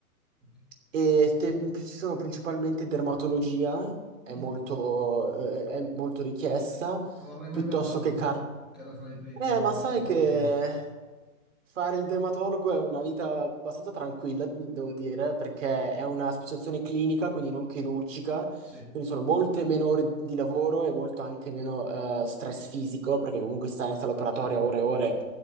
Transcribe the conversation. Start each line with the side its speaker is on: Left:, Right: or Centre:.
Centre: Ok.
Right: E te- ci sono principalmente dermatologia, è
Centre: Mm.
Right: molto, eh, è molto richiesta,
Centre: Non l'avrei mai
Right: piuttosto
Centre: pensato
Right: che car...
Centre: che era fra i primi
Right: Eh, ma
Centre: dermatologia.
Right: sai che fare il dermatologo è una vita abbastanza tranquilla, devo dire, perché è una specializzazione clinica, quindi non chirurgica,
Centre: Sì,
Right: quindi sono molte meno ore di lavoro e molto anche meno eh, stress fisico, perché comunque stare in sala operatoria
Centre: sì,
Right: ore e ore